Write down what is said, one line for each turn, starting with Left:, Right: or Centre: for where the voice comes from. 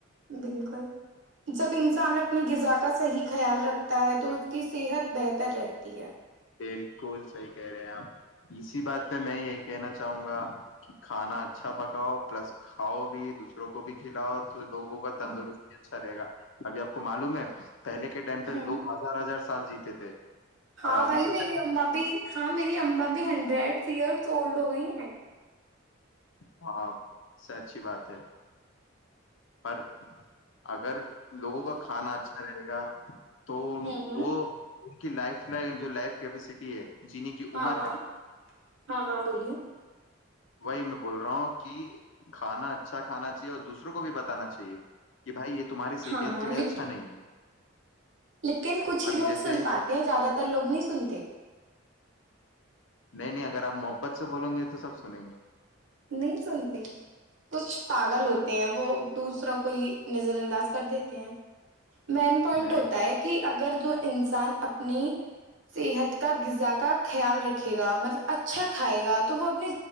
Right: بالکل جب انسان اپنی غذا کا صحیح خیال رکھتا ہے تو اس کی صحت بہتر رہتی ہے
Left: بالکل صحیح کہہ رہے ہیں آپ اسی بات پہ میں یہی کہنا چاہوں گا کہ کھانا اچھا پکاؤ پلس کھاؤ بھی دوسروں کو بھی کھلاؤ تو لوگوں کا تندرست
Right: ہاں
Left: بھی اچھا رہ گا ابھی آپ کو معلوم ہے پہے کے ٹائم
Right: ہوں
Left: پہوگ ہزار ہزار سال جیتے تھے
Right: ہاں
Left: اور ابھی
Right: بھائی
Left: کے
Right: میری
Left: ٹائم
Right: اما بھی ہاں میری اما بھی ہنڈریڈ ایئرس اولڈ ہو گئی ہیں
Left: ہاں سچی بات ہے پر اگر لوگوں
Right: بولیے
Left: کا کھانا اچھا رہے گا تو
Right: ہوں ہوں
Left: وہ ان کی لائف ل جو لائف کیپیسٹی ہے جینے کی
Right: ہاں
Left: عمر
Right: ہاں
Left: ہے
Right: ہاں ہاں بولیے
Left: وہی میں بول رہا ہوں کہ کھانا اچھا کھانا چاہیے اور دوسروں کو بھی بتانا چاہیے کہ بھائی یہ تو تمہاری صحت
Right: ہاں ہاں
Left: کے لیے
Right: لیک-
Left: اچھا نہیں ہے
Right: لیکن کچھ ہی
Left: ابھی
Right: لوگ
Left: جیسے
Right: سن پاتے ہیں زیادہ تر لوگ نہیں سنتے
Left: نہیں نہیں اگر آپ محبت سے بولیں گے تو سب سنیں گے
Right: نہیں سنتے کچھ پاگل ہوتے ہیں وہ دوسروں کو ہی نظر انداز کر دیتے ہیں مین پوائنٹ
Left: نہیں
Right: ہوتا
Left: نہیں
Right: ہے کہ اگر جو انسان اپنی صحت کا غذا کا خیال رکھے گا مطلب اچھا کھائے گا تو وہ اپنی